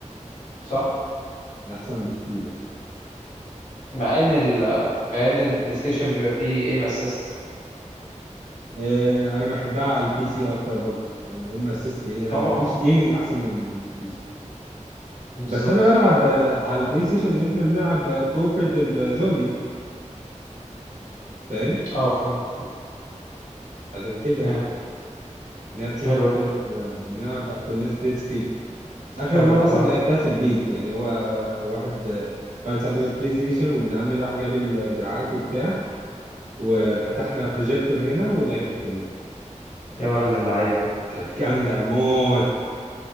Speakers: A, on the left; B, on the right.
A: صح
B: احسن بكتير
A: مع ان ال... مع ان البلاي ستيشن بيبقى فيه ايم اسيست
B: آه، انا بحبها على البي سي اكتر برضه ام اسيست ايه انا
A: طبعا
B: مفيش ايمنج احسن من البي سي
A: بالظبط
B: بس انا بلعب آه، على البلاي ستيشن ان احنا بنلعب كوبريتيف زومبيز فاهم
A: اه فهمت
B: عشان كده
A: فاهم
B: يعني بنلعب سنجل
A: حلو
B: بلاير بنلعب كلنا سبليت سكرين اخر
A: حلو
B: مره
A: الكلام
B: اصلا لعبتها في البيت يعني هو آه، واحد آه، واحد صاحبي جاب بلاي ستيشن وابن عمي راح جاب الدراعات وبتاع وفتحنا بروجيكتور هنا ولعبنا كلنا
A: يا ولد اللعيبه
B: كانت جامده موت